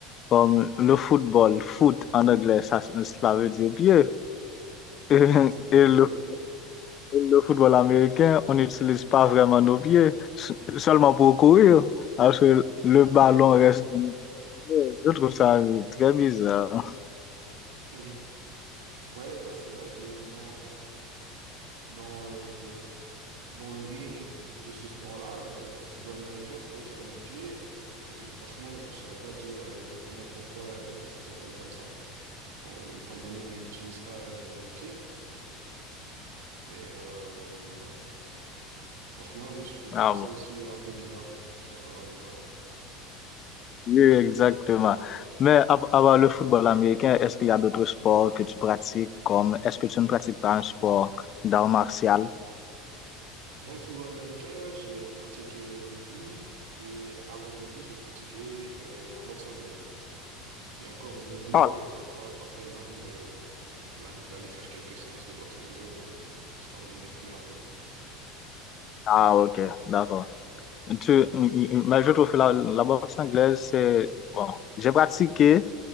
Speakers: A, on the left; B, on the right.
A: comme le football, foot en anglais, ça, cela veut dire pied. <laughs>
B: Ouais, ça veut dire
A: Et,
B: pied,
A: le,
B: ouais.
A: le football américain, on n'utilise pas vraiment nos pieds, se- seulement pour courir, alors que le
B: Ouais,
A: ballon
B: au lieu-
A: reste dans nos pieds. Je trouve ça euh, très bizarre.
B: Mhm. Ouais, non, c'est vrai que dans, dans, euh, dans le nom du, de ce sport-là, euh, le football américain, c'est vrai qu'il y a le mot pied, et franchement, je saurais pas dire euh, exactement pourquoi euh, ça s'appelle comme ça, en- étant donné qu'on n'utilise pas euh, nos pieds. Mais euh, ouais, franchement, oui, je, je
A: Ah
B: trouve ça
A: bon.
B: aussi euh, un peu bizarre, ouais. Je suis d'accord avec toi.
A: Oui, exactement. Mais à, à part le football américain, est-ce qu'il y a d'autres sports que tu pratiques comme est-ce que tu ne pratiques pas un sport d'art martial?
B: Avant le football américain, j'ai pratiqué le rugby et euh, avant le rugby, j'ai pratiqué euh, la boxe anglaise. Et encore aujourd'hui,
A: Ah,
B: euh, parfois, parfois, il m'arrive, euh, il m'arrive d'aller faire quelques séances de boxe anglaise, euh, histoire de me défouler un peu, quoi.
A: Ah, ok, d'accord. Tu, mais je trouve que la, la boxe anglaise, c'est bon. J'ai pratiqué